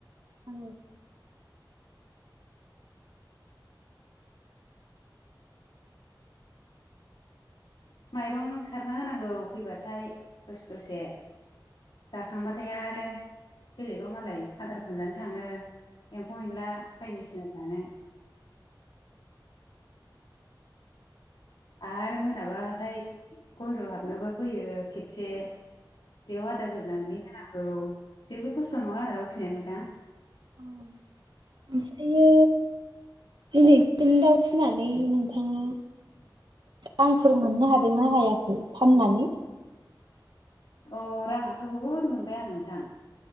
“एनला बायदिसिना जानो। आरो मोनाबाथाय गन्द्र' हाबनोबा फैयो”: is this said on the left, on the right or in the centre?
Left